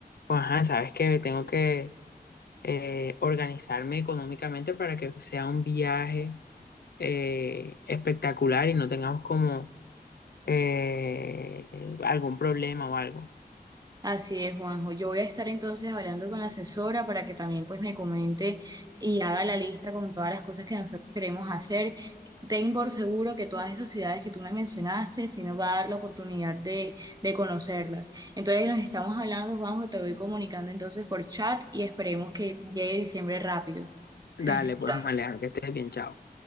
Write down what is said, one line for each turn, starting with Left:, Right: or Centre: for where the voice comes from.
Left: Pues, ajá, sabes que tengo que eh, organizarme económicamente para que sea un viaje eh, espectacular y no tengamos como eh, algún problema o algo.
Right: Así es, Juanjo. Yo voy a estar entonces hablando con la asesora para que también pues me comente y haga la lista con todas las cosas que nosotros queremos hacer. Ten por seguro que todas esas ciudades que tú me mencionaste sí nos va a dar la oportunidad de, de conocerlas. Entonces nos estamos hablando, Juanjo, te voy comunicando entonces por chat y esperemos que llegue diciembre rápido.
Left: Dale,
Right: <laughs>
Left: pues, Malejo, que estés bien, chao.